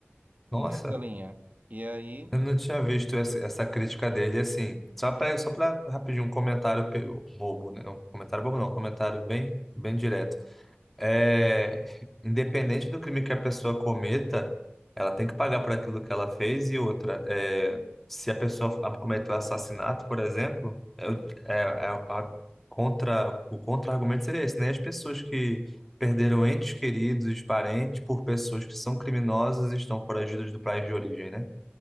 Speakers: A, in the centre; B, on the right.
A: Nossa.
B: Nessa linha. E aí,
A: Eu não tinha visto essa, essa crítica dele, assim, só para só para rapidinho um comentário pe- bobo, né? Um comentário bobo não, um comentário bem bem direto. É, independente do crime que a pessoa cometa, ela tem que pagar por aquilo que ela fez e outra, é, se a pessoa a- cometeu assassinato, por exemplo, é, o- é, é a contra o contra-argumento seria esse, né? As pessoas que perderam entes queridos, parentes por pessoas que são criminosas e estão foragidas do país de origem, né?